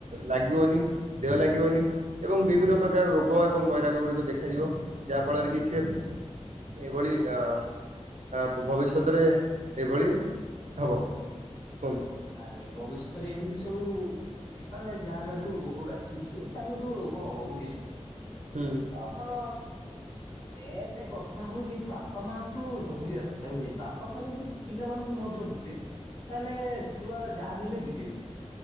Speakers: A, on the right; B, on the left.
A: ଲାଗିବନି। ଦେହ ଲାଗିବନି ଏବଂ ବିଭିନ୍ନ ପ୍ରକାର ରୋଗ ଏବଂ ବୈରାଗ ଗୁଡିକ ଦେଖାଯିବ। ଯାହା ଫଳରେ କିଛି ଏଭଳି ଅ ଭବିଷ୍ୟତରେ ଏଭଳି ହବ କୁହନ୍ତୁ।
B: ଆଜ୍ଞା, ଭବିଷ୍ୟତରେ ଏମିତି ସବୁ ମାନେ ଯାହା ଯାହା ସବୁ ରୋଗ ବ୍ୟାପୁଛି ତାଙ୍କୁ ସବୁ ରୋଗ ହବ ବୁଝିଲେ?
A: ହୁଁ।
B: ମୋର ମେନ୍ କଥା ହଉଛି ବାପା ମାଙ୍କୁୁ ଜଗିବା ଦରକାର ବା ତମେ ଯଦି ପିଲାମାନଙ୍କୁ ନ ଜଗିବେ ତାହେଲେ ଛୁଆ ଯାହା ବି ହେଲେ ବିଗିଡ଼ିବେ